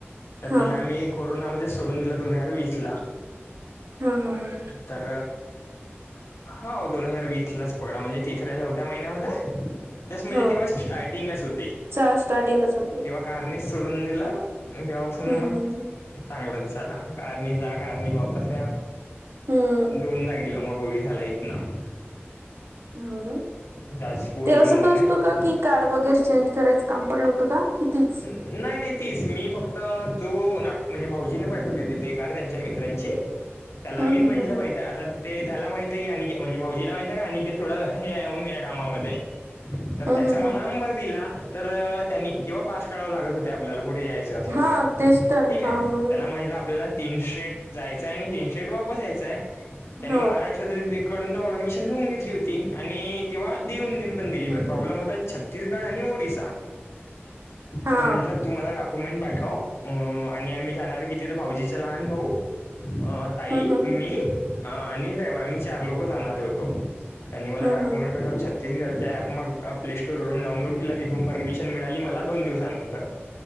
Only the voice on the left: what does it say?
तर
तिला आम्ही कोरोनामध्येध्ये सोडून दिलं दोन हजार वीस ला
तर हो दोन हजार वीस लाच पकड म्हणजे तिसऱ्या चौथ्या महिन्यामध्ये म्हणजे
तेव्हा स्टार्टिंगच होती
तेव्हा कारणी सोडून दिला तेव्हापासून
मग
चांगलंच झाला कारणी जा कारणी वापस या
दोनदा गेल मग गोळी झाला इत ना
जाजपूर
म्हणून
आहे
नाही नाही तीच मी फक्त जो ना म्हणजे भाऊजीनी पाठवली तिथे कार त्यांच्या मित्रांची त्याला
मी म्हंटलं
पाहि तर आता ते त्याला माहित आहे की आणी म्हणजे भाऊजीला माहित आहे का आणी थोडं हे आहे होन या कामामध्ये तर
त्याचा
मला
नंबर दिला तर त्यांनी तेव्हा पास कढव लागत होते आपल्याला कुठे जायचं
ठीके
त्याला म्हटलं आपल्याला तीन स्ट्रेट जायचाय आणि तीन स्ट्रेट वापस यायचाय त्यांनी
महाराष्ट्र कडून तर वर्मिशन घेऊन घेतली होती आणि तेव्हा देऊन देन पण दिली पण
प्रॉब्लेम
होताच छात छत्तीसगड आणि ओडिसा
तर म्हंटलं तू मला टाक कमेंट पाठव आणि आम्ही जाणार आहे कितीथ भाऊजीचं लहान भाऊ ताई
मी
आणि ड्रायव्हर आम्ही चार लोक जाणारे होतो त्यां मला
डॉक्यमेंट
पाठवू शक तिच्या प मग प्ले स्टोरवररून डाऊनलड केला तिथून परमिशन मिळाली मला दोन दिवसानंतर